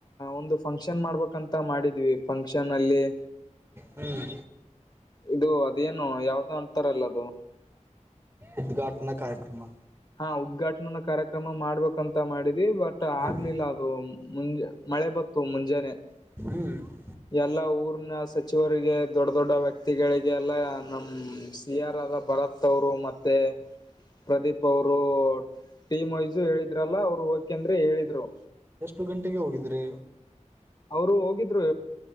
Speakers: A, on the left; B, on the right.
A: ಒಂದು ಫಂಕ್ಷನ್ ಮಾಡ್ಬೇಕಂತ ಮಾಡಿದ್ವಿ. ಫಂಕ್ಷನ್ ಅಲ್ಲಿ
B: ಹ್ಮ್
A: ಇದು ಅದೇನು ಯಾವ್ದೋ ಅಂತರಲ್ಲ ಅದು
B: ಉದ್ಘಾಟನಾ ಕಾರ್ಯಕ್ರಮ.
A: ಹಾ ಉದ್ಘಾಟನ ಕಾರ್ಯಕ್ರಮ ಮಾಡ್ಬೇಕಂತ ಮಾಡಿದ್ವಿ ಬಟ್
B: ಹ್ಮ್
A: ಆಗ್ಲಿಲ್ಲ ಅದು ಮುಂಜ್ ಮಳೆ ಬತ್ತು ಮುಂಜಾನೆ.
B: ಹ್ಮ್
A: ಎಲ್ಲಾ ಊರನ ಸಚಿವರಿಗೆ ದೊಡ್ಡ ದೊಡ್ಡ ವ್ಯಕ್ತಿಗಳಿಗೆಲ್ಲಾ ನಮ್ಮ್ ಟಿ ಆರ್ ಆದ ಭರತ್ ಅವರು ಮತ್ತೆ ಪ್ರದೀಪ್ ಅವರು ಟೀಮ್ ವೈಸ್ಸು ಹೇಳಿದ್ರಲ್ಲ ಅವರು ಹೋಗಕೆಂದ್ರೆ ಹೇಳಿದ್ರು.
B: ಎಷ್ಟು ಗಂಟೆಗೆ ಹೋಗಿದ್ರಿ.
A: ಅವರು ಹೋಗಿದ್ರು.